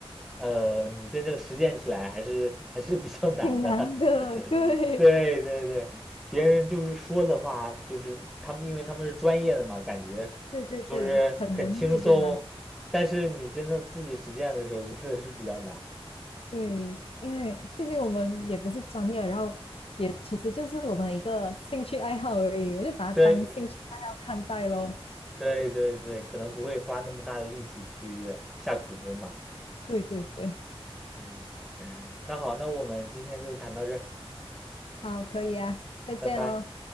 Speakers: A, in the centre; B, on the left.
A: 呃，你真正实践起来还是还是比较难的。
B: <laughs> 挺难的。
A: <laughs>
B: 对，
A: 对对对，别人就是说的话，就是他们，因为他们是专业的嘛，感觉
B: 对对对，
A: 就是很轻松，
B: 很容易，对吧？
A: 但是你真正自己实践的时候，真的是比较难
B: 对，因为毕竟我们也不是专业，然后也其实就是我们一个兴趣爱好而已，我就把它当兴趣爱好看待咯。
A: <laughs>。对对对对，可能不会花那么大的力气去下苦功嘛。
B: 对对对，
A: 嗯，那好，那我们今天就谈到这儿，
B: 好，可以啊，再见哦。
A: 拜拜。